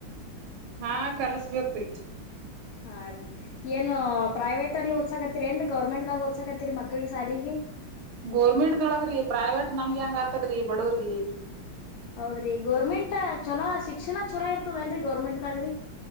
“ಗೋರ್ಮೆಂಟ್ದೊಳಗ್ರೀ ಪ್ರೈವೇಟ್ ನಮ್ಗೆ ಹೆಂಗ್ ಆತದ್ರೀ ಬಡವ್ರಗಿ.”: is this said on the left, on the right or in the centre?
Right